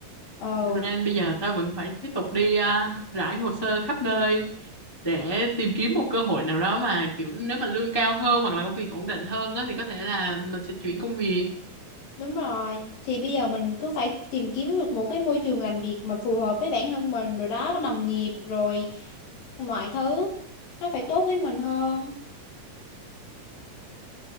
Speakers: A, on the left; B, on the left.
A: ờ
B: nên bây giờ tao vẫn phải tiếp tục đi à, rải hồ sơ khắp nơi để tìm kiếm một cơ hội nào đó mà kiểu nếu mà lương cao hơn hoặc là công việc ổn định hơn á, thì có thể là mình sẽ chuyển công việc.
A: đúng rồi thì bây giờ mình cứ phải tìm kiếm được một cái môi trường làm việc mà phù hợp với bản thân mình rồi đó có đồng nghiệp rồi mọi thứ nó phải tốt với mình hơn